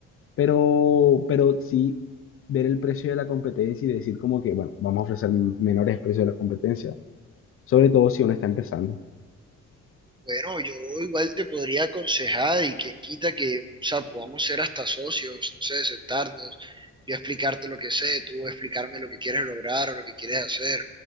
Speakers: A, on the left; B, on the right.
A: Pero, pero sí ver el precio de la competencia y decir como que, bueno, vamos a ofrecer menores precios de la competencia sobre todo si uno está empezando.
B: Bueno, yo igual te podría aconsejar y quien quita que, o sea, podamos ser hasta socios, no sé, sentarnos, yo explicarte lo que sé, tú explicarme lo que quieres lograr o lo que quieres hacer,